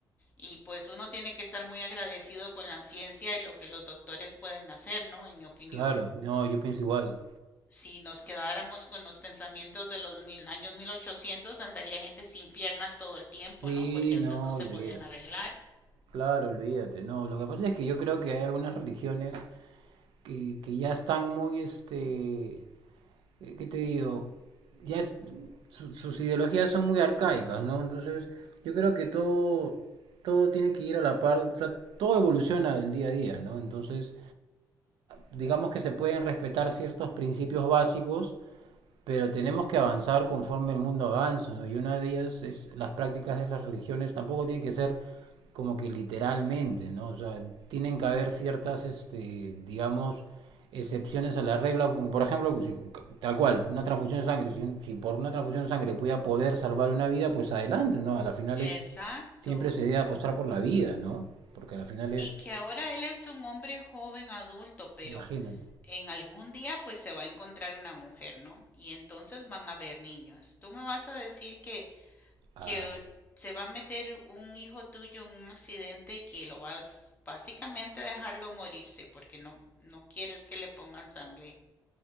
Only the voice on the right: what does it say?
Claro, no, yo pienso igual.
Sí,
no,
olvídate.
Claro, olvídate. No, lo que pasa
es que yo creo que hay algunas religiones que, que ya están muy, este, eh, ¿qué te digo? Ya es- su- sus ideologías son muy arcaicas, ¿no? Entonces, yo creo que todo, todo tiene que ir a la par, o sea, todo evoluciona del día a día, ¿no? Entonces, digamos que se pueden respetar ciertos principios básicos, pero tenemos que avanzar conforme el mundo avanza, ¿no? Y una de ellas es las prácticas de las religiones tampoco tienen que ser como que literalmente, ¿no? O sea, tienen
que haber ciertas, este, digamos, excepciones a la regla, como por ejemplo, si- tal cual, una transfusión de sangre, si, un- si por una transfusión de sangre voy a poder salvar una vida, pues adelante, ¿no? A la final
es, siempre se debe apostar por la vida, ¿no? Porque a la final es,
imagínate.
Ah.